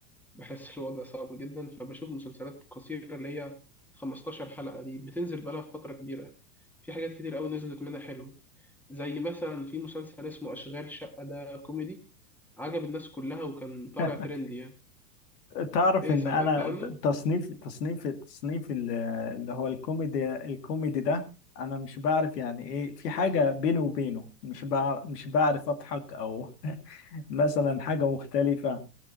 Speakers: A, in the centre; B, on the left.
A: بحس الوضع صعب جدا فبشوف مسلسلات قصيره اللي هي 15 حلقه دي بتنزل بقالها فتره كبيره في حاجات كتير قوي نزلت منها حلوه زي مثلا في مسلسل اسمه اشغال شقه ده كوميدي عجب الناس كلها وكان طالع
B: <laughs>
A: ترند يعني
B: تعرف
A: ايه
B: ان
A: سمعت
B: انا
A: عنه
B: تصنيف تصنيف تصنيف ال- اللي هو الكوميدي الكوميدي ده انا مش بعرف يعني ايه في حاجه بيني وبينه مش بعرف مش بعرف اضحك او <laughs> مثلا حاجه مختلفه